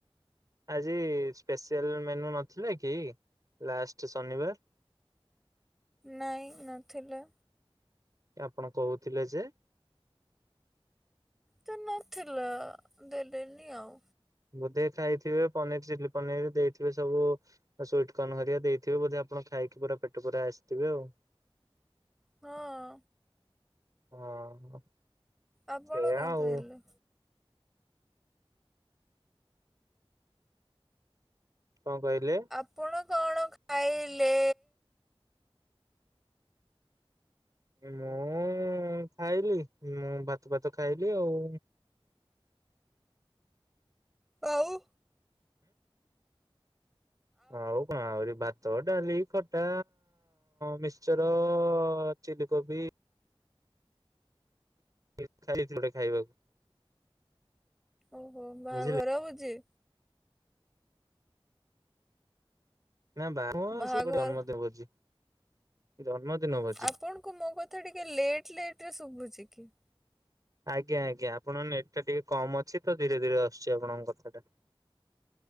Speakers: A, on the right (about 35°); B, in the centre.
A: ଆଜି ସ୍ପେଶ୍ଆଲ ମେନୁ ନଥିଲା କି ଲାଷ୍ଟ ଶନିବାର?
B: ନାଇଁ ନଥିଲା।
A: ଆପଣ କହୁଥିଲେ ଯେ
B: ତ ନଥିଲା ଦେଲେନି ଆଉ।
A: ବୋଧେ ଖାଇଥିବେ ପନିର ଚିଲି ପନିର ଦେଇଥିବେ ସବୁ। ସୁଇଟ୍କକନ୍ ହେରିକ ଦେଇଥିବେ ବୋଧେ ଆପଣ ଖାଇକି ପୁରା ପେଟ ପୁରା ଆସିଥିବେ ଆଉ।
B: ହଁ।
A: ହଁ।
B: ଆପଣ
A: ସେଇଆ
B: କଣ
A: ଆଉ
B: ଖାଇଲେ?
A: କଣ କହିଲେ?
B: ଆପଣ କଣ ଖାଇଲେ?
A: ମୁଁ ଖାଇଲି ମୁଁ ଭାତ ପାତ ଖାଇଲି ଆଉ।
B: ଆଉ?
A: ଆଉ କଣ ଆ <inaudible> ତ ଡାଲି ଖଟା ମିକ୍ସର ଚିଲ କୋବି <unintelligible> ଗୋଟେ ଖାଇବାକୁ
B: ଓହୋ ବାହାଘର
A: ବୁଝିଲେ
B: ଭୁଜି।
A: ନା ବା ହଁ
B: ବାହାଘର
A: ସେ ଗୋଟେ ଜନ୍ମଦିନ ଭୋଜି ଜନ୍ମଦିନ ଭୋଜି।
B: ଆପଣଙ୍କୁ ମୋ କଥା ଟିକେ ଲେଟ୍ ଲେଟରେ ଶୁଭୁଛି କି?
A: ଆଜ୍ଞା ଆଜ୍ଞା ଆପଣଙ୍କ ନେଟ୍ ଟା ଟିକେ କମ୍ ଅଛି ତ ଧୀରେ ଧୀରେ ଆସୁଛି ଆପଣଙ୍କ କଥାଟା।